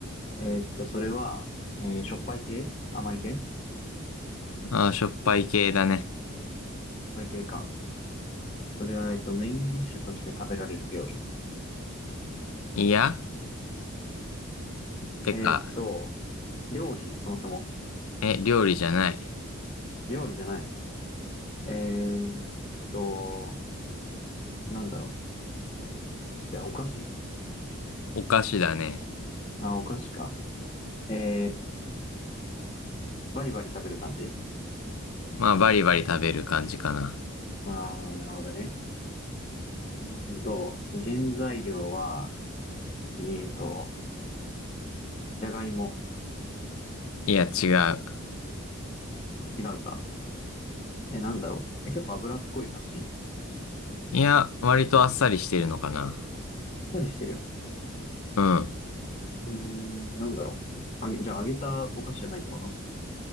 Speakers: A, on the left (about 30°); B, on the left (about 85°).
A: えーっと、それは、えーしょっぱい系甘い系
B: ああ、しょっぱい系だね。
A: しょっぱい系か。それは、えーっと、メインディッシュとして食べられる料理。
B: いや、てか、
A: えーっと、料理そもそも。
B: え、料理じゃない。
A: 料理じゃない。えーっと、なんだろう。じゃあ、お菓子
B: お菓子だね。
A: あ、お菓子か。えー、バリバリ食べる感じ
B: まあバリバリ食べる感じかな。
A: あー、なるほどね。うーんと、原材料は、えーと、じゃがいも。
B: いや、違う。
A: 違うか。え、なんだろう。え、結構脂っこい感じ
B: いや、割とあっさりしてるのかな。
A: あっさりしてる。
B: うん。
A: うーん、なんだろう。あげ、じゃあ揚げたお菓子じゃないってこと